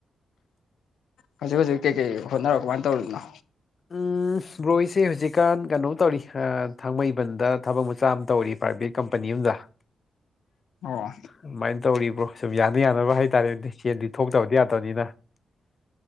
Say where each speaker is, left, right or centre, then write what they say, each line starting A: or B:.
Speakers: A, on the left; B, on the left.
A: ꯍꯧꯖꯤꯛ ꯍꯧꯖꯤꯛ ꯀꯩꯀꯩ ꯍꯣꯠꯅꯔꯛꯣ ꯀꯃꯥꯏꯅ ꯇꯧꯔꯤꯗꯅꯣ
B: ꯎꯝ ꯕ꯭ꯔꯣꯏꯁꯦ ꯍꯧꯖꯤꯛꯀꯥꯟ ꯀꯩꯅꯣ ꯇꯧꯔꯤ ꯊꯥꯡꯃꯩꯕꯟꯗ ꯊꯕꯛ ꯃꯆꯥ ꯑꯃ ꯇꯧꯔꯤ ꯄ꯭ꯔꯥꯏꯚꯦꯠ ꯀꯝꯄꯅꯤ ꯑꯝꯗ
A: ꯑꯣ
B: ꯑꯗꯨꯃꯥꯏꯅ ꯇꯧꯔꯤꯕ꯭ꯔꯣ ꯁꯨꯝ ꯌꯥꯅ ꯌꯥꯅꯕ ꯍꯥꯏꯇꯥꯔꯦꯗꯤ ꯆꯦꯟꯗꯤ ꯊꯣꯛꯇꯕꯗꯤ ꯌꯥꯗꯕꯅꯤꯅ